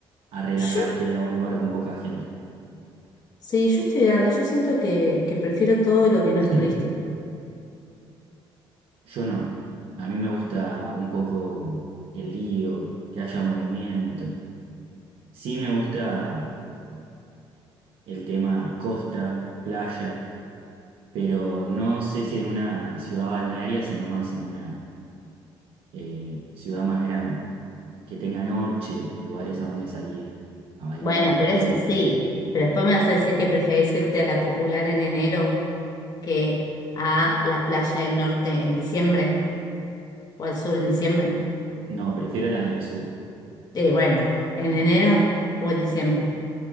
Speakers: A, on the right; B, on the left.
A: a relajarte
B: yo,
A: a un lugar con poca gente.
B: sí, yo estoy grande, yo siento que, que prefiero todo lo
A: <clears throat>
B: que no es turístico.
A: Yo no. A mí me gusta un poco el lío, que haya movimiento. Sí me gusta el tema costa, playa, pero no sé si en una ciudad balnearia, sino más en una eh, ciudad más grande, que tenga noche, lugares a donde salir, a bailar,
B: Bueno,
A: a comer.
B: pero eso sí, pero después me vas a decir que preferís irte a la popular en enero que a la playa del norte en diciembre o al sur en diciembre.
A: No, prefiero las del sur.
B: Eh, bueno, en enero o en diciembre.